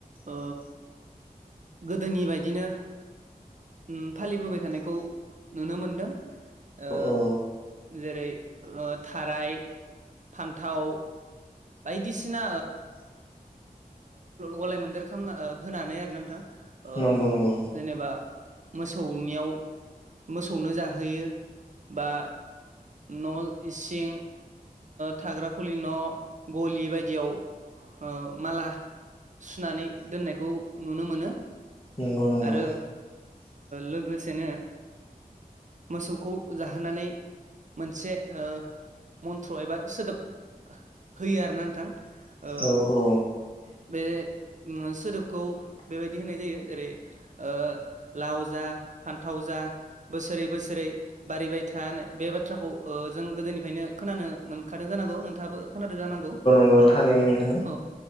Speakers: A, on the right (about 55°); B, on the left (about 35°).
A: ओ गोदोनि बायदिनो उम फालिबोबाय थानायखौ नुनो मोनदों। ओ
B: औ औ
A: जेरै थाराय फान्थाव बायदिसिना गलाय मोन्देर खालामना होनानै आरो नोंथां ओ
B: नंगौ नंगौ
A: जेनेबा मोसौनियाव मोसौनो जाहोयो बा न' इसिं थाग्रा खुलि न' गलि बायदियाव ओ माला सुनानै दोननायखौ नुनो मोनो
B: नंगौ नंगौ
A: आरो लोगोसेनो मोसौखौ जाहोनानै मोनसे ओ मन्थ्र एबा सोदोब होयो आरोना नोंथां ओ
B: औ औ
A: बे सोदोबखौ बेबायदि होननाय जायो जेरै ओ लाव जा फान्थाव जा बोसोरै बोसोरै बारिबाय था बे बाथ्राखौ ओ जों गोदोनिफ्रायनो खोनानो मोनखादों जानांगौ नोंथाङाबो खोनादों जानांगौ
B: <unintelligible> थारैनो
A: औ